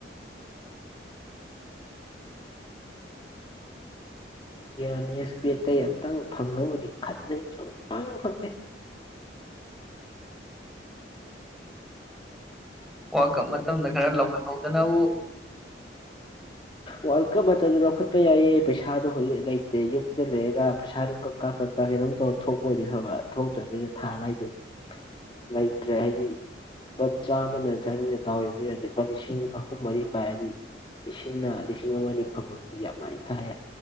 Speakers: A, on the left; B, in the centre.
A: ꯌꯥꯅꯦꯁ ꯄꯠꯇ ꯌꯥꯝ ꯇꯪ ꯐꯪꯉꯕꯨꯗꯤ ꯈꯟꯕꯅꯤ ꯁꯀꯪ ꯐꯪꯗꯦ
B: ꯋꯥꯀꯞ ꯃꯇꯝꯗ ꯈꯔ ꯂꯧꯈꯠꯍꯧꯗꯅꯕꯨ
A: ꯋꯥꯔꯜ ꯀꯞ ꯃꯇꯝꯗ ꯂꯧꯈꯠꯄ ꯌꯥꯏꯌꯦ ꯄꯩꯁꯥꯗꯣ ꯍꯧꯖꯤ ꯂꯩꯇꯦ ꯌꯨꯝꯗ ꯂꯩꯔꯒ ꯄꯩꯁꯥꯗꯨ ꯀꯛ ꯀꯥ ꯀꯛ ꯀꯥ ꯀꯣꯧꯝ ꯇꯧꯔ ꯊꯣꯛꯄꯗꯤ ꯐꯕ ꯊꯣꯛꯇ꯭ꯔꯕꯅꯤꯅ ꯊꯥꯗꯥꯏꯗꯨ ꯂꯩꯇ꯭ꯔꯦ ꯍꯥꯏꯗꯤ ꯂꯨꯄꯥ ꯆꯥꯝꯃꯅ ꯆꯅꯤꯅ ꯇꯥꯎꯏꯔꯗꯤ ꯂꯨꯄꯥ ꯂꯤꯁꯤꯡ ꯑꯍꯨꯝ ꯃꯔꯤ ꯄꯥꯏ ꯍꯥꯏꯗꯤ ꯂꯤꯁꯤꯡꯅ ꯂꯤꯁꯤꯡ ꯑꯃ ꯑꯅꯤ ꯐꯪꯃꯗꯤ ꯌꯥꯝ ꯃꯥꯏꯅ ꯊꯥꯏ